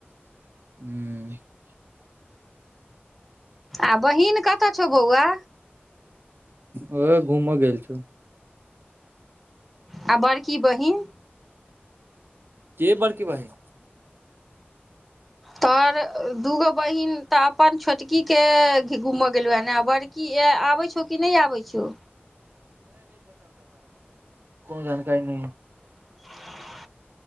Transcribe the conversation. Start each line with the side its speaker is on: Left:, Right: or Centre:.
Right: हू
Centre: आ बहिन कतऽ छौ बौआ
Right: ह घूम गेल छौ
Centre: आ बड़की बहिन
Right: के बड़की बहिन
Centre: तोर दूगो बहीन तऽ अपन छोटकीे घूमय गेलहु हे ने बड़की आबै छौ कि नहि आबै छौ
Right: कोन जानकारी नहि
Centre: <unintelligible>